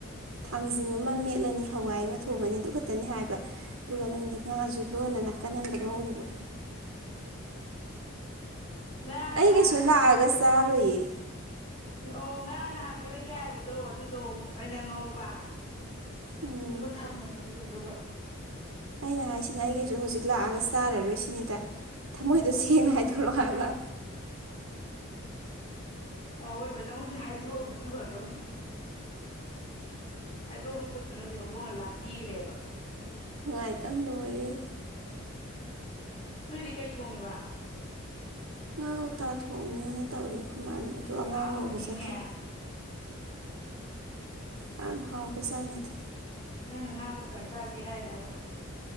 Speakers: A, on the right; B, on the left.
A: ꯊꯥꯡꯖꯤꯡ ꯑꯃ ꯃꯦꯠꯂꯅꯤ ꯍꯋꯥꯏ ꯑꯃ ꯊꯣꯡꯉꯅꯤ ꯑꯗꯨ ꯈꯛꯇꯅꯤ ꯍꯥꯏꯕ ꯑꯗꯨꯒ ꯅꯪꯗꯤ ꯉꯥꯁꯨ ꯂꯣꯟꯅ ꯅꯥꯀꯟ ꯑꯝꯗ ꯉꯧꯔꯤꯕ
B: ꯉꯥ
A: ꯑꯩ
B: ꯅꯍꯥꯟꯒꯤ
A: ꯀꯩꯁꯨ ꯂꯥꯛꯑꯒ ꯆꯥꯔꯣꯏꯌꯦ
B: ꯑꯣ ꯉꯥ ꯅꯍꯥꯟ ꯈꯔ ꯌꯥꯏꯕꯗꯣ ꯑꯗꯨꯗꯣ ꯑꯩꯅ ꯉꯧꯕ
A: ꯎꯝ
B: ꯑꯗꯨꯒ ꯊꯝꯕꯅꯦꯕ ꯁꯤꯗꯗꯨꯝ <unintelligible>
A: ꯑꯩꯅ ꯍꯥꯏꯁꯤꯅ ꯑꯩ ꯀꯩꯁꯨ ꯍꯧꯖꯤꯛ ꯂꯥꯛꯑꯒ ꯆꯥꯔꯔꯣꯏ ꯁꯤꯅꯤꯗ ꯊꯃꯣꯏꯗꯣ ꯁꯦꯡꯅ ꯍꯥꯏꯗꯣꯔꯛꯑꯣ ꯍꯥꯏꯕ
B: ꯑꯋꯣꯏꯕ ꯅꯪꯉꯣꯟꯗ ꯍꯥꯏꯗꯣꯛꯑꯃꯖꯨ ꯐꯗꯧꯅꯤ ꯍꯥꯏꯗꯣꯛ ꯍꯧꯗꯗꯅ ꯍꯧꯖꯤꯛ ꯍꯧꯗꯣꯡꯅ ꯂꯥꯛꯄꯤꯈꯒ꯭ꯔꯦꯕ
A: ꯅꯨꯡꯉꯥꯏꯇꯝ ꯂꯣꯏꯔꯦꯍꯦ
B: ꯅꯣꯏꯗꯤ ꯀꯩ ꯊꯣꯡꯉꯤꯕ
A: ꯉꯥ ꯀꯧꯇꯥ ꯊꯣꯡꯅꯤꯅ ꯇꯧꯔꯤ ꯑꯩꯈꯣꯏ ꯃꯥꯅ ꯑꯉꯥꯡ
B: ꯑꯍꯥꯎꯕꯅꯤꯅꯦ
A: ꯂꯧꯕ ꯆꯠꯈꯤ ꯌꯥꯝ ꯍꯥꯎꯕꯖꯥꯠꯅꯤꯗ
B: ꯅꯪꯅ ꯉꯥ ꯀꯣꯛꯇ ꯆꯥꯁꯤ ꯍꯥꯏꯔꯕ